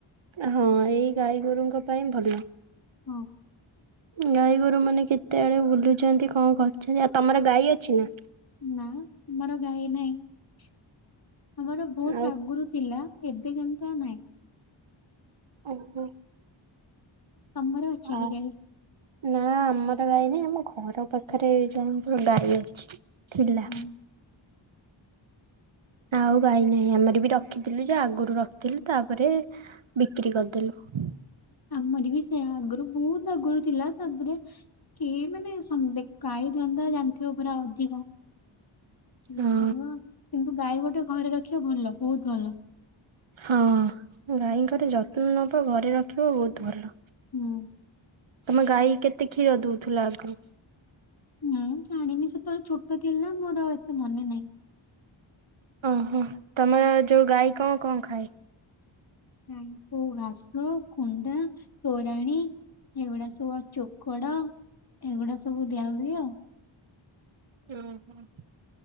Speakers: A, on the right; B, on the left.
A: ହଁ ଏଇ ଗାଈ ଗୋରୁଙ୍କ ପାଇଁ ଭଲ।
B: ହଁ।
A: ଗାଈଗୋରୁମାନେ କେତେ ଆଡ଼େ ବୁଲୁଛନ୍ତି କଣ କରୁଛନ୍ତି ଆଉ ତମର ଗାଈ ଅଛି ନା?
B: ନା ଆମର ଗାଈ ନାହିଁ। ଆମର ବହୁତ
A: ଆଉ
B: ଆଗରୁ ଥିଲା ଏବେ କିନ୍ତୁ ଆଉ ନାଇଁ।
A: ଓହୋ।
B: ତମର ଅଛି
A: ଆ
B: କି ଗାଇ?
A: ନା ଆମର ଗାଈ ନାଇଁ ଆମ ଘର ପାଖରେ ଜଣଙ୍କର ଗାଈ ଅଛି। ଥିଲା।
B: ହଁ ହଁ
A: ଆଉ ଗାଇ ନାହିଁ ଆମର ବି ରଖିଥିଲୁ ଯେ ଆଗରୁ ରଖିଥିଲୁ ତାପରେ ବିକ୍ରି କରିଦେଲୁ।
B: ଆମର ବି ସେ ଆଗରୁ ବହୁତ ଆଗରୁ ଥିଲା ତାପରେ କିଏ ମାନେ ସମ୍ ଦେଖ ଗାଈ ଧନ୍ଦା ଜାଣିଥିବ ପୁରା ଅଧିକ ଇଏ
A: ହଁ
B: କରିବ କିନ୍ତୁ ଗାଈ ଗୋଟେ ଘରେ ରଖିବା ଭଲ ବହୁତ ଭଲ।
A: ହଁ ଗାଈଙ୍କର ଯତ୍ନ ନବା ଘରେ ରଖିବା ବହୁତ ଭଲ।
B: ହୁଁ।
A: ତମେ ଗାଈ କେତେ କ୍ଷୀର ଦଉଥିଲ ଆଗରୁ?
B: ମୁଁ ଜାଣିନି ସେତେବେଳେ ଛୋଟ ଥିଲି ନା ମୋର ଆଉ ଏତେ ମନେ ନାହିଁ।
A: ଓହୋ ତମର ଯୋଉ ଗାଈ କଣ କଣ ଖାଏ?
B: ଗାଈଙ୍କୁ ଘାସ କୁଣ୍ଡା ତୋରାଣୀ ଏଗୁଡା ସବୁ ଅ ଚୋକଡ ଏଗୁଡା ସବୁ ଦିଆ ହୁଏ ଆଉ।
A: ହୁଁ ହୁଁ।